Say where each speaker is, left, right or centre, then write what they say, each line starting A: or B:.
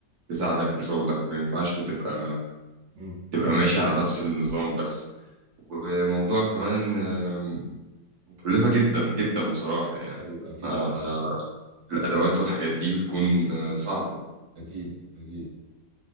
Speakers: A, on the right (about 60°); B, on the right (about 80°).
A: تساعدك في شغلك ما ينفعش تبقى
B: امم
A: تبقى ماشي على نفس النظام بس وموضوع كمان آم، مكلفة جدا جدا بصراحة يعني
B: ايوه اكيد
A: آه، الأدوات والحاجات دي بتكون آه، صعبة
B: اكيد اكيد